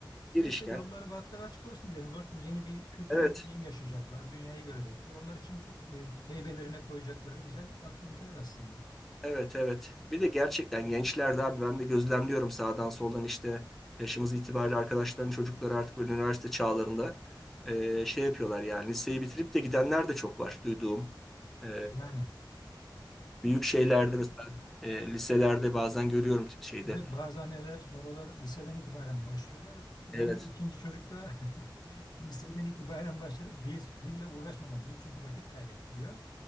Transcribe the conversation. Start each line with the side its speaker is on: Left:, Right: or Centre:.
Centre: girişken.
Left: Neyse yolları bahtları açık olsun diyelim dostum. Yeni bir kültürel
Centre: Evet
Left: deneyim yaşayacaklar. Dünyayı görecekler. Onlar için çok e, heybelerine koyacakları güzel aktiviteler aslında.
Centre: Evet evet. Bir de gerçekten gençlerde abi ben de gözlemliyorum sağdan soldan işte yaşımız itibariyle arkadaşların çocukları artık böyle üniversite çağlarında e, şey yapıyorlar yani liseyi bitirip de gidenler de çok var duyduğum. E,
Left: Yani
Centre: büyük şeylerde mesela e, liselerde bazen görüyorum t- şeyde.
Left: evet bazı anneler babalar liseden itibaren başlıyorlar. Ben
Centre: Evet
Left: de ikinci çocukta <laughs> liseden itibaren başladı. Dil, dille uğraşmama. Dil çünkü vakit kaybettiriyor.